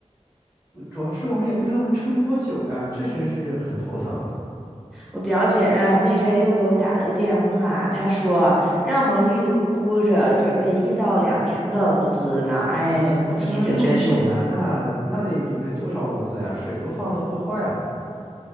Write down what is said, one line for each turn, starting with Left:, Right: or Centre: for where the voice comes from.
Left: 我主要是我们也不知道能撑多久呀，这真是很头疼啊！
Centre: 我表姐啊那阵又给我打了个电话，她说让我们预估着准备一到两年的物资呢。哎，我听着真是，
Left: 要要这么久呢，那那得准备多少物资呀？水都放的会坏了。